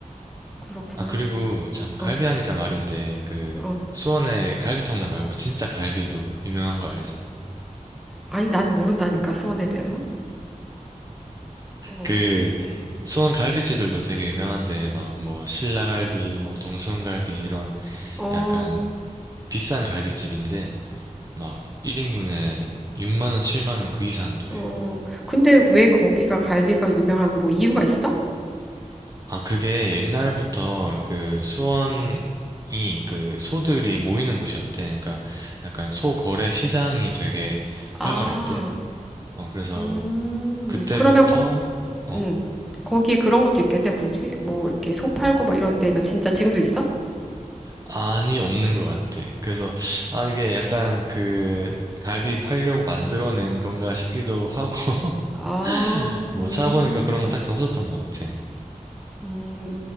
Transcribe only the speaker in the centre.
그렇구나.
어,
어.
아니 나는 모른다니까 수원에 대해서. 어,
어,
어.
근데 왜 거기가 갈비가 유명한 뭐 이유가 있어?
아,
음,
그러면, 거,
음, 거기에 그런 것도 있겠네. 뭐지? 뭐, 이렇게 소 팔고 막 이런 데가 진짜 지금도 있어?
아,
음,
음.